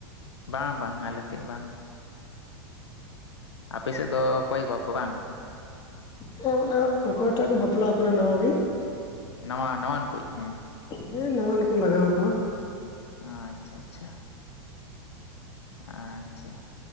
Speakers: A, on the left; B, on the left.
A: ᱵᱟᱝ ᱵᱟᱝ ᱟᱞᱮᱥᱮᱫ ᱵᱟᱝ᱾ ᱟᱯᱮ ᱥᱮᱫ ᱫᱚ ᱠᱚᱭ ᱠᱚᱣᱟ ᱠᱚ ᱵᱟᱝ?
B: ᱦᱮᱸ ᱵᱚᱞᱮ ᱚᱠᱚᱭᱴᱟᱜ ᱠᱚ ᱵᱟᱯᱞᱟ ᱠᱟᱱᱟ ᱱᱟᱣᱟᱹ ᱜᱮ
A: ᱱᱟᱣᱟ ᱱᱟᱣᱟᱱ ᱠᱚ ᱦᱮᱸ
B: ᱦᱮᱸ ᱱᱟᱣᱟᱱ ᱠᱚ ᱞᱟᱜᱟᱣ ᱟᱠᱚᱣᱟ
A: ᱟᱪᱪᱷᱟ ᱟᱪᱪᱷᱟ ᱟᱪᱪᱷᱟ